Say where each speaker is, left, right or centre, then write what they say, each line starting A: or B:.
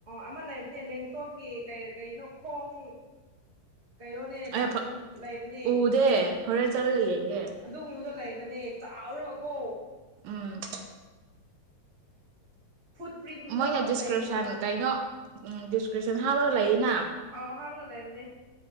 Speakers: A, on the right; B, on the right.
A: ꯑꯃ ꯂꯩꯕꯅꯦ ꯂꯦꯡꯇꯣꯟꯒꯤ ꯀꯩ ꯀꯩꯅꯣ ꯈꯣꯡ ꯀꯩꯅꯣꯅꯦꯅ
B: ꯑꯩ
A: ꯂꯩꯕꯅꯦ
B: ꯎꯗꯦ ꯍꯣꯔꯦꯟ ꯆꯠꯂꯒ ꯌꯦꯡꯒꯦ
A: ꯑꯗꯨꯒꯨꯝꯕꯗꯣ ꯂꯩꯕ ꯃ ꯆꯥꯎꯔ ꯀꯣ
B: ꯎꯝ
A: ꯐꯨꯠ ꯄ꯭ꯔꯤꯟꯗꯣ
B: ꯃꯣꯏꯅ ꯗꯤꯁꯀ꯭ꯔꯤꯞꯁꯟ
A: ꯂꯩꯕꯅꯦꯕ
B: ꯀꯩꯅꯣꯗꯤꯁꯀ꯭ꯔꯤꯟ ꯑꯗꯨ ꯍ ꯍꯥꯕꯒ ꯂ ꯂꯩ ꯑ
A: ꯑꯥꯎ ꯍꯥꯞꯔꯒ ꯂꯩꯕꯅꯦ